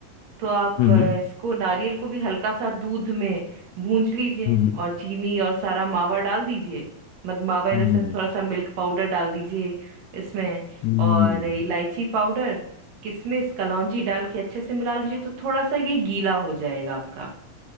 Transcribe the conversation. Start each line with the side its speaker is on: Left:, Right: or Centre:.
Right: तो आप
Left: हम्म
Right: अ, इसको नारियल को भी हल्का सा दूध में भूंज लीजिए
Left: हम्म
Right: और चीनी और सारा मावा डाल दीजिए मत मावा इन
Left: हम्म
Right: द सेंस थोड़ा सा मिल्क पाउडर डाल दीजिए इसमें
Left: हम्म
Right: और
Left: हम्म,
Right: इलायची पाउडर किशमिश कलौंजी डाल के अच्छे से मिला लीजिए तो थोड़ा सा ये गीला हो जाएगा आपका